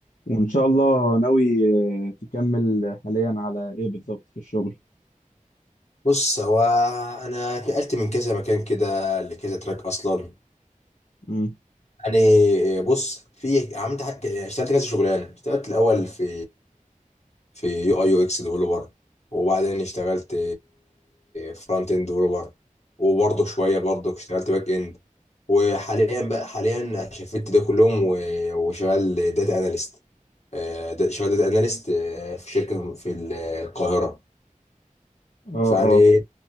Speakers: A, on the left; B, on the left.
A: وإن شاء الله ناوي آه، تكمل حاليا على إيه بالظبط في الشغل
B: بص هو انا اتنقلت من كذا مكان كده لكذا تراك اصلا
A: مم.
B: يعني بص في عملت حاجة- اشتغلت كذا شغلانه اشتغلت الاول في في يو اي يو اكس ديفلوبر وبعدين اشتغلت فرونت اند ديفلوبر وبرضه شويه برضه اشتغلت باك اند وحاليا بقى حاليا شفت ده كلهم و- وشغال داتا اناليست شغال داتا اناليست في شركه في القاهره
A: آه آه
B: فيعني